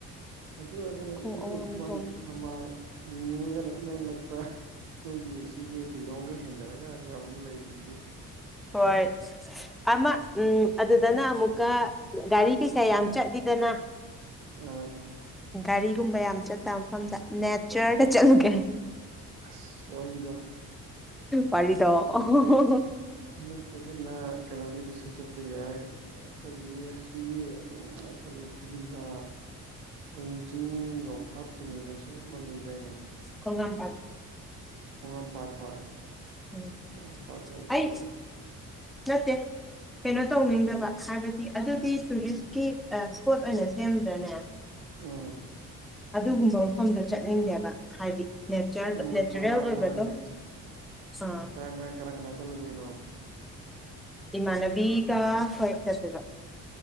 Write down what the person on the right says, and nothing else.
ꯑꯗꯨ ꯑꯣꯏꯔꯒꯅ
ꯏ ꯅꯣꯏ
ꯊꯝꯕꯥꯜ
ꯊꯝꯕꯥꯜ ꯂꯤꯡꯅꯤꯡꯉꯒꯅ ꯏꯅꯛ ꯅꯛꯄ ꯅꯣꯏꯒꯤ ꯁꯤꯒꯤ ꯂꯤꯂꯣꯡꯒꯔ ꯍꯦꯟꯊꯔꯒ ꯃꯌꯥꯝ ꯑꯃ ꯂꯩꯔꯤꯗꯨꯗꯤ
ꯑꯥ ꯑꯥ
ꯆ ꯑꯣꯏꯗ
ꯍ ꯊꯦ ꯀꯩꯅꯣꯒꯗ ꯁ ꯌꯥꯏ ꯀꯔꯤ ꯁꯤ ꯀꯔꯤ ꯐꯩꯗꯤꯡꯒꯥ ꯑꯍ ꯆꯤꯡ ꯌꯥꯧ ꯐꯠꯇ꯭ꯔꯤꯉꯩꯗꯁꯨ ꯑꯃ ꯂꯩꯗꯥꯏꯅꯦ
ꯈꯣꯡꯉꯝꯄꯥꯠ ꯍꯣꯏ
ꯈꯣꯡꯉꯝꯄꯥꯠ ꯑꯗꯨꯏꯗꯨꯁꯨ
ꯑꯥ
ꯑꯅ
ꯄꯨꯔꯥ
ꯄꯨꯔꯥ ꯅ
ꯀꯔꯅꯥ ꯀꯔꯅꯥ ꯆꯂꯗꯅꯣ